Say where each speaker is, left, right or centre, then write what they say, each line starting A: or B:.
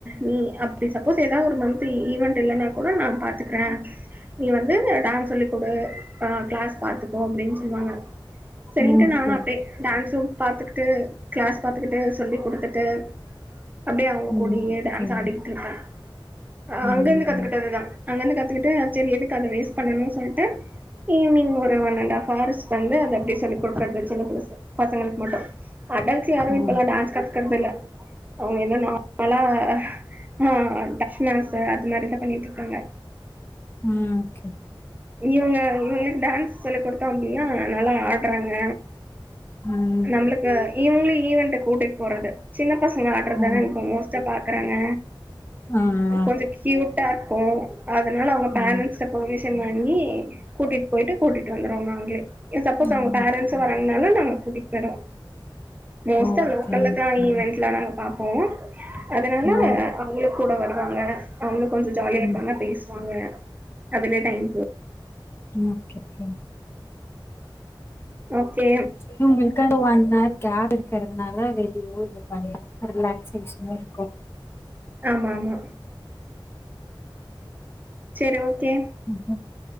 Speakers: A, on the right (about 20°); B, on the left (about 30°).
A: நீ அப்டி சப்போஸ் ஏதா ஒரு மந்த்து ஈவென்ட் இல்லன்னா கூட நா பாத்துக்ற நீ வந்து டான் சொல்லி குடு ஆ க்ளாஸ் பாத்துக்கோ அப்டின் சொன்னாங்க சென்ட்டு
B: ஓகே
A: நானு அப்டே டான்ஸும் பாத்துக்குட்டு க்ளாஸ் பாத்துக்குட்டு சொல்லி குடுத்துட்டு அப்டியே அவங்க கூடியே
B: ம்
A: டான்ஸ்
B: ஓகே
A: ஆடிக்கிட்ருப்ப அ
B: ம்
A: அங்கருந்து கத்துக்கிட்டதுதா அங்கருந்து கத்துக்கிட்டு சரி எதுக்கு அத வேஸ்ட் பண்ணணு சொல்ட்டு ஈவினிங் ஒரு ஒன் அண்ட் ஹாஃப் ஹார்ஸ் வந்து அது அப்டி சொல்லி குடுக்கறது சின்ன ப்ளசு பசங்களுக்கு மட்டு அடல்ட்ஸ் யாரு
B: ம்
A: இப்ப எல்லா டான்ஸ் கத்துக்கறது இல்ல அவங்க இன்னு நார்மலா ஆ டப்ஸ்மாசு அது மாரிதா பண்ணிட்ருக்காங்க
B: ம் ஓக்கே
A: இவங்க இவங்களுக்கு டான்ஸ் சொல்லி குடுத்தம் அப்டின்னா நல்லா ஆடுறாங்க
B: ம்
A: நம்ளுக்கு இவங்களியு ஈவன்ட்டு கூட்டிட் போறது சின்ன பசங்க ஆடுறதானே
B: ஆ
A: இப்ப மோஸ்ட்டா பாக் குறாங்க
B: ஆ ஆ
A: கொஞ்சோ க்யூட்டா இருக்கோ அதனால அவங்க
B: ஆ
A: பேரண்ஸ்ட்ட பெர்மிஷன் வா ங்கி கூட்டிட் போயிட்டு கூட்டிட் வந்துருவோ நாங்களே இல்ல சப்போஸ்
B: ம்
A: அவங்க பேரண்ஸ்
B: ஓகே
A: வரேன்னாலு நாங்க கூட்டிட் போய்டுவோ மோஸ்டா
B: ஓகே
A: லோக்கல்ல தா ஈவென்ட்லா நாங்க பாப் போ அதனால
B: ஓ
A: அவங்களு கூட வருவாங்க அவங்களு கொஞ்சோ ஜாலியா இருப்பாங்க
B: ம்
A: பேசு வாங்க அதுலே டைம் போ
B: ஓக்கேகே
A: ஓக்கே
B: இவுங்களுக்கு அந்த ஒன்னார் கேர் இருக்கறதனால வெளியே ஒ தானே ஒரு ரிலாக்ஸ்சேஷன் மாருக்கூ
A: ஆமாமா செரி ஓக்கே
B: ம் ம்